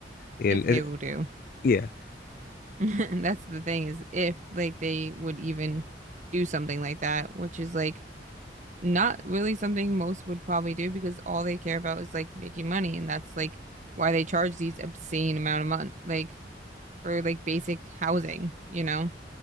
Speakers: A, on the left; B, on the right.
A: and
B: if they
A: it,
B: will do. <laughs>
A: yeah,
B: And that's the thing is if like they would even do something like that, which is like not really something most would probably do because all they care about is like making money and that's like why they charge these obscene amount of money like for like basic housing, you know,